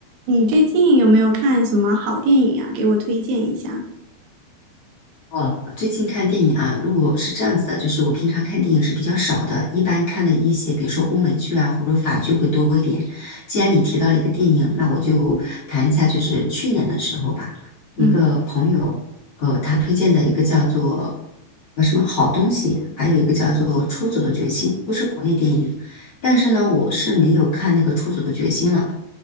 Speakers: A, on the right; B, on the left.
A: 你最近有没有看什么好电影啊？给我推荐一下。
B: 哦，最近看电影啊，如果是这样子的，就是我平常看电影是比较少的，一般看的一些，比如说欧美剧啊，或者法剧会多一点。既然你提到一个电影，那我就谈一下，就是去年的时候吧，一个朋友，
A: 嗯，
B: 呃，他推荐的一个叫做呃什么好东西，还有一个叫做《出走的决心》，都是国内电影，但是呢，我是没有看那个《出走的决心》了。